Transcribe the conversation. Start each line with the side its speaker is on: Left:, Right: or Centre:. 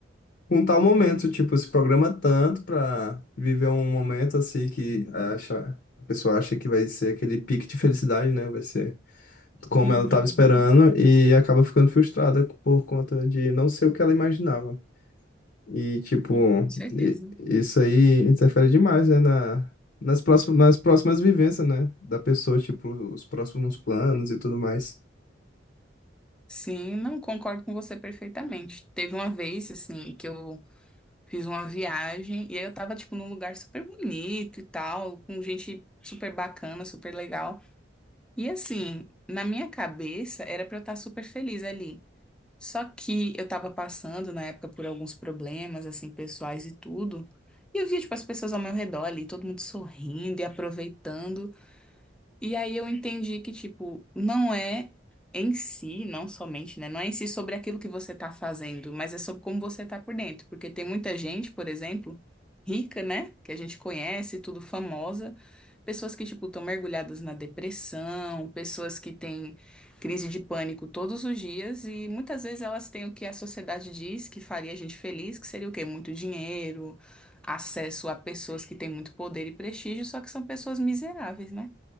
Left: com tal momento, tipo, se programa tanto pra viver um momento assim que acha, a pessoa acha que vai ser aquele pique de felicidade, né? Vai ser como
Centre: Uhum.
Left: ela estava esperando e acaba ficando frustrada por conta de não ser o que ela imaginava. E, tipo,
Centre: Com certeza.
Left: i- isso aí interfere demais, né, na, nas próximas, nas próximas vivências, né, da pessoa, tipo, os próximos planos e tudo mais.
Centre: Sim, não concordo com você perfeitamente. Teve uma vez, assim, que eu Fiz uma viagem e aí eu tava, tipo, num lugar super bonito e tal, com gente super bacana, super legal. E assim, na minha cabeça era pra eu estar super feliz ali. Só que eu tava passando na época por alguns problemas, assim, pessoais e tudo. E eu via, tipo, as pessoas ao meu redor ali, todo mundo sorrindo e aproveitando. E aí eu entendi que, tipo, não é em si, não somente, né? Não é em si sobre aquilo que você tá fazendo, mas é sobre como você tá por dentro. Porque tem muita gente, por exemplo, rica, né? Que a gente conhece, tudo famosa. Pessoas que, tipo, estão mergulhadas na depressão, pessoas que têm crise de pânico todos os dias, e muitas vezes elas têm o que a sociedade diz que faria a gente feliz, que seria o quê? Muito dinheiro, acesso a pessoas que têm muito poder e prestígio, só que são pessoas miseráveis, né?